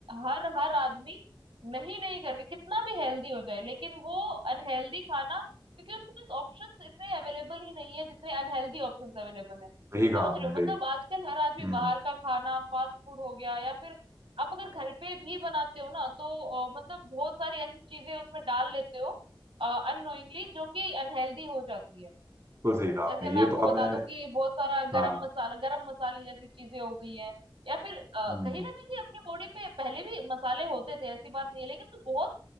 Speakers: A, on the right; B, on the right.
A: हर हर आदमी नहीं नहीं करके कितना भी हेल्दी हो जाए लेकिन वो अनहेल्दी खाना क्योंकि उसके पास ऑप्शंस इतने अवेलेबल ही नहीं है जितने अनहेल्दी ऑप्शंस अवेलेबल है
B: सही कहा
A: समझ
B: आपने
A: रहे हो
B: सही
A: मतलब
B: कहा
A: आजकल हर आदमी
B: हम्म
A: बाहर का खाना फास्ट फूड हो गया या फिर आप अगर घर पे भी बनाते हो ना तो अ, मतलब बहुत सारी ऐसी चीजें उसमें डाल लेते हो अननोइंगली जो कि अनहेल्दी हो जाती है
B: बिल्कुल सही कहा आपने
A: जैसे मैं
B: ये
A: आपको
B: तो
A: बता
B: आपने
A: दूं कि बहुत सारा
B: हाँ
A: गरम मसाला गरम मसाले जैसी चीजें हो गई है या फिर अ,
B: हम्म
A: कहीं ना कहीं अपनी बॉडी पे पहले भी मसाले होते थे ऐसी बात नहीं है लेकिन वो